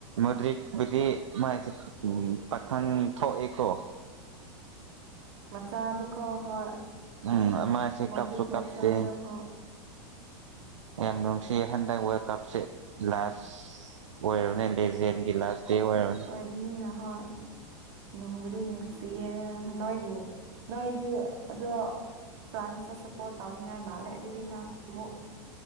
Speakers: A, on the right; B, on the right.
A: ꯃꯗ꯭ꯔꯤꯛꯕꯨꯗꯤ ꯃꯥꯥꯏꯁ‌ꯦ ꯎꯝ ꯄꯥꯈꯪ ꯊꯣꯛꯑꯦꯀꯣ
B: ꯃꯆꯥꯗꯨꯀ ꯍꯣꯏ
A: ꯎꯝ ꯃꯥꯁꯦ
B: ꯃ‌ꯣꯗꯔꯤꯛ
A: ꯀꯞꯁꯨ
B: ꯃꯆꯥꯗ‌ꯣ
A: ꯀꯞꯇꯦ
B: ꯍ‌ꯣ
A: ꯌꯥꯝ ꯅꯨꯡꯁꯤ ꯍꯟꯗꯛ ꯋꯔꯥꯜ ꯀꯞꯁꯦ ꯂꯥꯁ ꯑꯣꯏꯔꯕꯅꯤ ꯂꯦꯖꯦꯟ ꯒꯤ ꯂꯥꯁ ꯗꯦ ꯑ‌ꯣꯏꯔ
B: ꯕ‌ꯦꯅꯤꯅ ꯍꯣꯏ ꯅꯨꯡꯕꯨꯗꯤ ꯅꯨꯡꯁꯤꯌꯦ ꯅꯣꯏꯒꯤ ꯅꯣꯏꯗꯤ ꯑꯗꯣ ꯐ꯭ꯔꯥꯟꯁꯇ ꯁꯞꯄꯣꯔꯠ ꯇꯧꯅꯤꯡꯉꯥꯏ ꯃꯥꯜꯂꯦ ꯑꯗꯨꯗꯤ ꯅꯪ ꯑꯃꯨꯛ